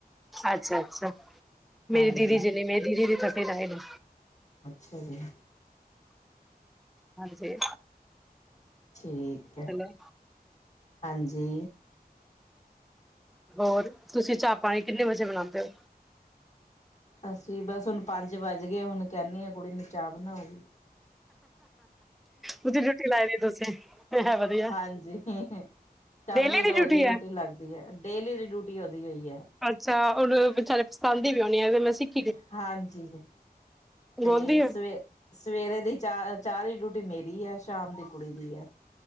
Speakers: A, in the centre; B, on the left.
A: ਅੱਛਾ, ਅੱਛਾ। ਮੇਰੀ
B: ਹਾਂਜੀ।
A: ਦੀਦੀ ਜਨੀ, ਮੇਰੀ ਦੀਦੀ ਦੀ ਵੀ ਥਾਡੇ ਨਾਇਨ।
B: ਅੱਛਾ ਜੀ।
A: ਹਾਂਜੀ।
B: ਠੀਕ ਹੈ,
A: ਚਲੋ
B: ਹਾਂਜੀ।
A: ਹੋਰ, ਤੁਸੀਂ ਚਾਹ-ਪਾਣੀ ਕਿੰਨੇ ਵਜੇ ਬਣਾਉਂਦੇ ਹੋ?
B: ਅਸੀਂ, ਬਸ ਹੁਣ ਪੰਜ ਵੱਜ ਗਏ ਹੁਣ ਕਹਿੰਦੀ ਹਾਂ ਕੁੜੀ ਨੂੰ, ਚਾਅ ਬਣਾਉਗੀ।
A: ਉਹਦੀ ਡਿਊਟੀ ਲਾਈ ਦੀ ਤੁਸੀਂ ਹੈ ਵਧੀਆ
B: ਹਾਂਜੀ। ਸ਼ਾਮੀ
A: ਡੇਲੀ ਦੀ
B: ਤਾਂ, ਉਹਦੀ ਡਿਊਟੀ
A: ਹੈ
B: ਲੱਗਦੀ ਹੈ। ਡੇਲੀ ਦੀ ਡਿਊਟੀ, ਉਹਦੀ ਹੋਈ ਹੈ।
A: ਅੱਛਾ, ਉਹਨੂੰ ਵਿਚਾਰੇ ਪਛਤਾਂਦੀ ਵੀ ਆਉਣੀ ਆ, ਮੈਂ ਸਿੱਖ
B: ਹਾਂਜੀ, ਤੇ
A: ਬੋਲਦੀ ਹੈ
B: ਸਵੇ ਸਵੇਰੇ ਦੀ ਚਾਹ, ਚਾਹ ਦੀ ਡਿਊਟੀ ਮੇਰੀ ਆ, ਸ਼ਾਮ ਦੀ ਕੁੜੀ ਦੀ ਆ।